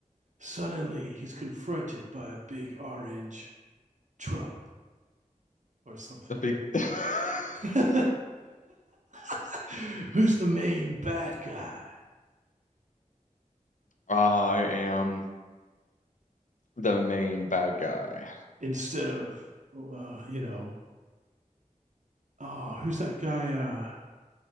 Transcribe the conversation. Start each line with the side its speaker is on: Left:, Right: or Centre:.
Right: Suddenly, he's confronted by a big orange Trump or something.
Left: the big
Right: You
Left: <laughs>
Right: know, <laughs> who's the main bad guy
Left: I am the main bad guy.
Right: instead of uh, you know, oh, who's
Left: The Joker.
Right: that guy? Uh,